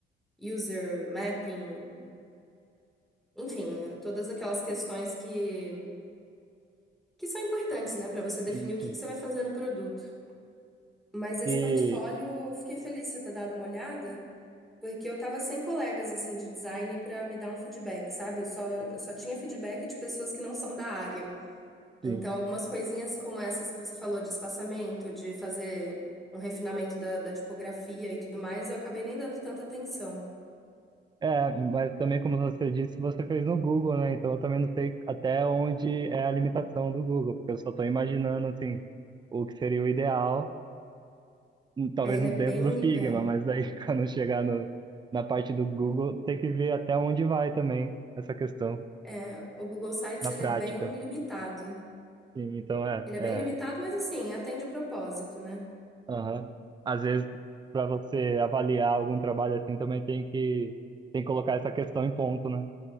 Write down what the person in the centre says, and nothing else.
user mapping, enfim, é, todas aquelas questões que, que são importantes, né, para você definir
o que que você vai fazer no produto. Mas esse
portfólio, eu fiquei feliz de você ter dado uma olhada. Porque eu tava sem colegas, assim, de designer pra me dar um feedback, sabe? Eu só, eu só tinha feedback de pessoas que não são da área. Então,
algumas coisinhas como essas que você falou de espaçamento, de fazer um refinamento da, da tipografia e tudo mais, eu acabei nem dando tanta atenção.
É, ele é bem...
É,
é, o Google Sites,
ele
é bem limitado.
Ele é
bem limitado, mas, assim, atende o propósito, né?